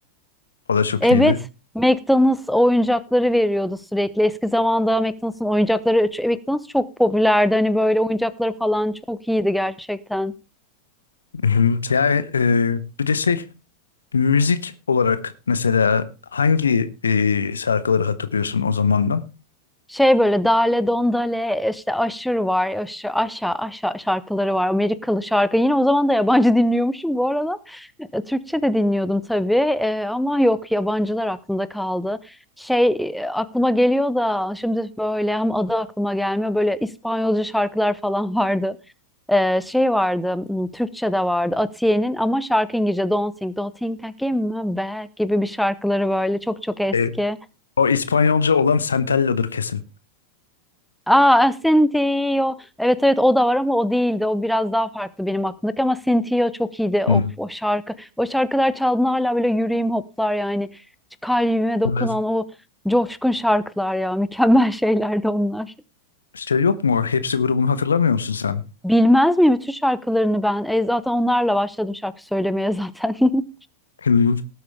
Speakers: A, on the left; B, in the centre.
A: O da çok
B: Evet,
A: iyiydi.
B: McDonald's oyuncakları veriyordu sürekli. Eski zamanda McDonald's'ın oyuncakları, ç- McDonald's çok popülerdi. Hani böyle oyuncakları falan çok iyiydi gerçekten.
A: Hı hı. Yani e, bir de şey müzik olarak mesela hangi e, şarkıları hatırlıyorsun o zamandan?
B: Şey böyle Dale Don Dale işte Aşır var. Aşır, Aşa, Aşa şarkıları var. Amerikalı şarkı. Yine o zaman da yabancı <laughs> dinliyormuşum bu arada. E, Türkçe de dinliyordum tabii. E, ama yok yabancılar aklımda kaldı. Şey e, aklıma geliyor da şimdi böyle hem adı aklıma gelmiyor. Böyle İspanyolca şarkılar falan <laughs> vardı. Ee, şey vardı, hmm, Türkçe'de vardı Atiye'nin ama şarkı İngilizce Don't Think, Don't Think I Came Back gibi bir şarkıları böyle çok çok eski.
A: E, O İspanyolca olan Santello'dur kesin.
B: Aa, e, Cynthia. Evet evet o da var ama o değildi. O biraz daha farklı benim aklımdaki ama Cynthia çok iyiydi. Of
A: Hmm.
B: o şarkı. O şarkılar çaldığında hala böyle yüreğim hoplar yani. Kalbime dokunan
A: Evet.
B: o coşkun şarkılar ya. <laughs> Mükemmel şeylerdi onlar.
A: Şey yok mu? Hepsi grubunu hatırlamıyor musun sen?
B: Bilmez miyim bütün şarkılarını ben? E, zaten onlarla başladım şarkı söylemeye zaten. <laughs>
A: Hı.